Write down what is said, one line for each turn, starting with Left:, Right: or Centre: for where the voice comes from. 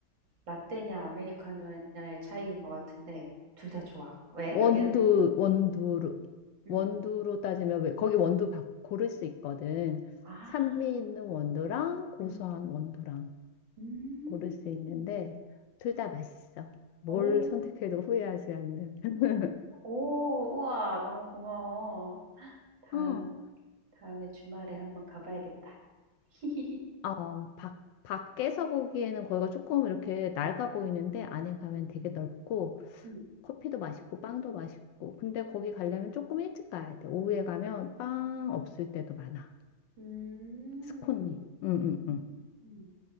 Right: 라떼냐 아메리카노냐의 차이인 것 같은데 둘 다 좋아. 왜? 네.
Left: 원두,
Right: 여기는
Left: 원두로,
Right: 음.
Left: 원두로 따지면, 왜, 거기 원두 바, 고를 수 있거든.
Right: 아.
Left: 산미 있는 원두랑 고소한
Right: 음.
Left: 원두랑
Right: 음.
Left: 고를 수 있는데, 둘 다 맛있어. 뭘
Right: 오.
Left: 선택해도 후회하지 않는. <laughs>
Right: 오, 우와, 너무 고마워. 다음
Left: 응.
Right: 다음에 주말에 한번 가 봐야겠다. <laughs>
Left: 어, 밖, 밖에서 보기에는 거기가 조금 이렇게 낡아 보이는데, 안에 가면
Right: 음.
Left: 되게 넓고,
Right: 음.
Left: 커피도 맛있고 빵도 맛있고. 근데 거기 가려면 조금 일찍 가야 돼. 오후에 가면 빵 없을 때도 많아.
Right: 음.
Left: 스콘이. 응, 응,
Right: 음.
Left: 응.
Right: 음.